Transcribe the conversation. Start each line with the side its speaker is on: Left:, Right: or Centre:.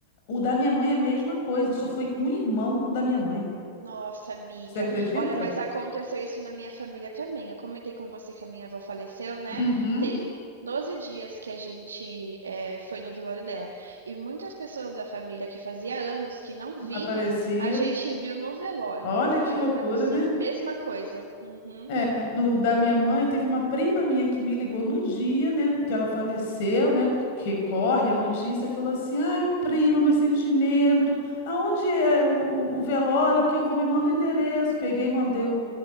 Left: O da minha mãe é a mesma coisa, só foi um irmão da minha mãe.
Right: Nossa, amiga.
Left: Você acredita?
Right: Olha, mas aconteceu isso na minha família também. Eu comentei com você que a minha avó faleceu, né?
Left: Uhum,
Right: Tem 12 dias que a gente eh, foi no velório dela. E muitas pessoas da família que fazia anos que não vinha,
Left: que não aparecia.
Right: a gente viu no velório.
Left: Olha
Right: Eu
Left: que
Right: juro
Left: loucura,
Right: pra você.
Left: né?
Right: Mesma coisa. Uhum.
Left: É, no da minha mãe, teve uma prima minha que me ligou no dia, né, que ela faleceu, né, porque corre a notícia, falou assim, ai, prima, meu sentimento, aonde é o, o- o velório que eu vou, me manda o endereço. Peguei e mandei o,